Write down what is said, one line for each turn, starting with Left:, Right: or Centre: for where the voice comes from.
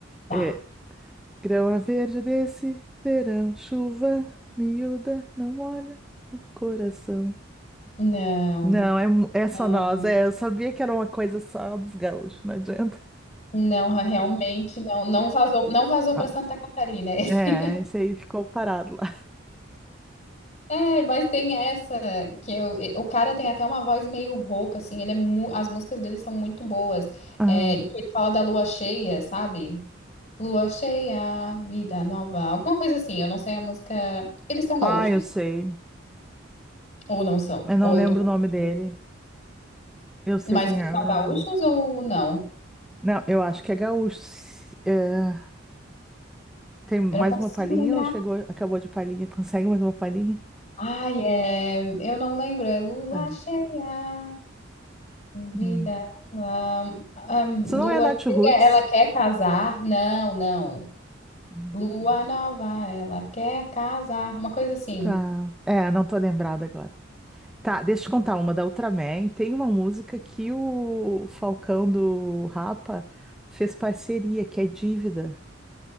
Left: Tá.
Centre: É, grama verde desse verão, chuva miúda, não molha o coração.
Left: Não,
Centre: Não, é, mu- é só
Left: não,
Centre: nós. É, eu sabia que era uma coisa só dos gaúchos, não adianta.
Left: não, realmente não. Não vazou, não vazou
Centre: Ah,
Left: para Santa Catarina. <laughs>
Centre: É, isso aí ficou parado lá.
Left: É, mas tem essa que eu- e- o cara tem até uma voz meio rouca, assim. Ele é mu- as músicas dele são muito boas.
Centre: Ah,
Left: É, e ele fala da lua cheia, sabe? Lua cheia, vida nova, alguma coisa assim. Eu não sei a música. Eles são gaúchos
Centre: ah, eu sei.
Left: ou não são?
Centre: Eu não
Left: Ou eu
Centre: lembro
Left: tô confundindo.
Centre: o nome dele. Eu sei
Left: Mas
Centre: quem
Left: eles
Centre: é, eu
Left: são
Centre: não
Left: gaúchos
Centre: lembro.
Left: ou não?
Centre: Não, eu acho que é gaúcho. Se- é, tem mais
Left: Eu não consigo
Centre: uma palhinha
Left: lembrar.
Centre: ou chegou, acabou de palhinha? Consegue mais uma palhinha?
Left: Ai, é... eu não lembro. É lua
Centre: Tá.
Left: cheia, vida.
Centre: Hum.
Left: nova. Ahn,
Centre: Isso
Left: lua
Centre: não é Nath Roots.
Left: cheia, ela quer casar? Não, não.
Centre: Hum.
Left: Lua nova, ela quer casar. Uma coisa assim.
Centre: Tá. É, não tô lembrada agora. Tá, deixa eu te contar uma da Ultraman. Tem uma música que o Falcão do Rapa fez parceria, que é Dívida.